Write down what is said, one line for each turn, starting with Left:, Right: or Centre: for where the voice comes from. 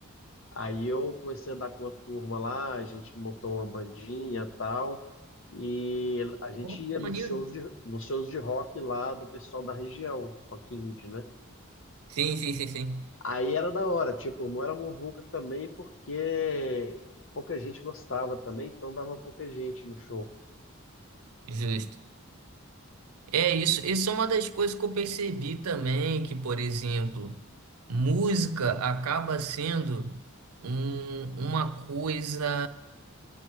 Left: Aí eu comecei a andar com uma turma lá, a gente montou uma bandinha e tal, e a gente
Right: Pô,
Left: ia
Right: que
Left: nos
Right: maneiro.
Left: shows de, nos shows de rock lá do pessoal da região, rock indie, né?
Right: Sim, sim, sim, sim.
Left: Aí era da hora, tipo, não era muvuca também, porque pouca gente gostava também, então dava pouca gente no show.
Right: Justo. É isso, isso é uma das coisas que eu percebi também, que, por exemplo, música acaba sendo um- uma coisa